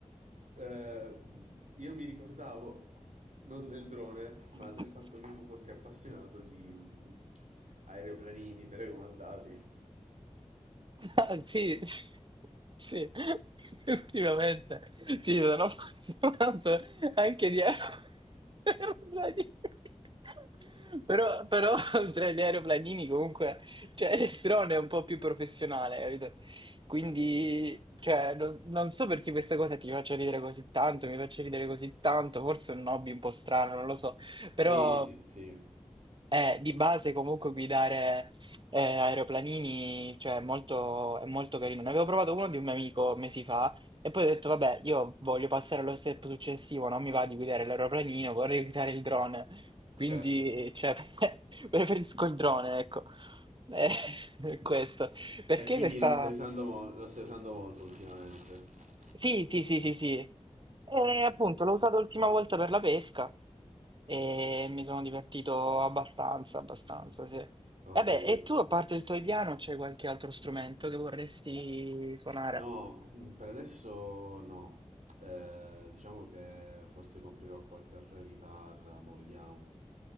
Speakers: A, on the right (about 85°); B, on the right (about 40°).
A: ehm, io mi ricordavo non del drone, ma
B: <laughs>
A: del fatto che tu fossi appassionato di mm, aeroplanini telecomandati.
B: <laughs> Ah, sì, sì, <laughs> effettivamente. Sì, sono appassionato anche di aeroplani. <laughs> Però, però tra gli aeroplanini comunque, cioè il drone è un po' più professionale, capito? Quindi, cioè, non, non so perché questa cosa ti faccia ridere così tanto, mi faccia ridere così tanto, forse è un hobby un po' strano, non lo so,
A: Sì,
B: però...
A: di- sì,
B: Eh, di base comunque guidare. Eh, aeroplanini, cioè, molto- è molto carino. Ne avevo provato uno di un mio amico mesi fa e poi ho detto, vabbè, io voglio passare allo step successivo, non mi va di guidare l'aeroplanino, vorrei guidare il drone. Quindi,
A: certo.
B: cioè, <laughs> preferisco il drone, ecco. Eh, <laughs> questo. Perché
A: E quindi
B: questa...
A: lo stai usando, mo- lo stai usando molto ultimamente.
B: Sì, sì, sì, sì, sì. E appunto l'ho usato l'ultima volta per la pesca e mi sono divertito abbastanza, abbastanza, sì.
A: Ho
B: Vabbè,
A: capito.
B: e tu, a parte il tuo piano, c'è qualche altro strumento che vorresti suonare?
A: No, mm, per adesso no. Eh, diciamo che forse comprerò qualche altra chitarra, ma vediamo.